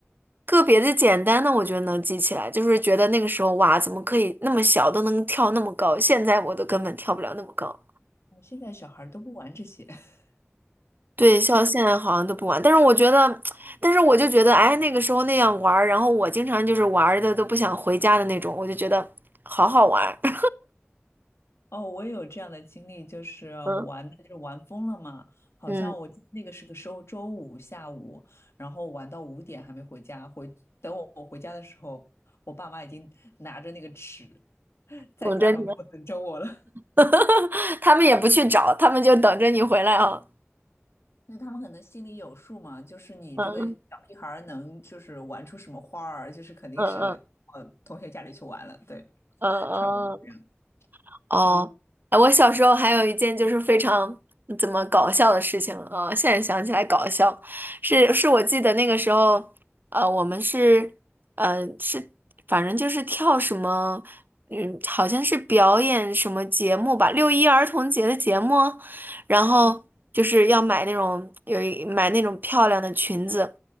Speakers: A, on the right (about 45°); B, on the left (about 65°).
A: 个别的简单的，我觉得能记起来，就是觉得那个时候哇，怎么可以那么小都能跳那么高？现在我都根本跳不了那么高。
B: 现在小孩儿都不玩这些 <laughs>
A: 对，像现在好像都不玩，但是我觉得，但是我就觉得，哎，那个时候那样玩儿然后我经常就是玩的都不想回家的那种，我就觉得好好玩儿 <laughs>
B: 哦，我也有这样的经历，就是我玩的就是玩疯了嘛，
A: 嗯
B: 好像我记得那个是个周周五下午，
A: 嗯，
B: 然后玩到五点还没回家，回等我我回家的时候，我爸妈已经拿着那个尺 <laughs> 在家门口等着我了。
A: 等着你们，
B: <laughs>
A: <laughs> 他们也不去找，他们就等着你回来啊。
B: 那他们可能心里有数嘛，就是你这个小屁孩儿能就是玩出什么花儿，
A: 嗯
B: 就是肯定是往同学家里去玩了，
A: 嗯嗯
B: 对，
A: 嗯
B: <laughs> 差不多是这样。
A: 嗯。哦，
B: 嗯
A: 哎我小时候还有一件就是非常怎么搞笑的事情啊，呃现在想起来搞笑，是是我记得那个时候，呃，我们是，呃，是反正就是跳什么，嗯，好像是表演什么节目吧，六一儿童节的节目，然后就是要买那种有一买那种漂亮的裙子，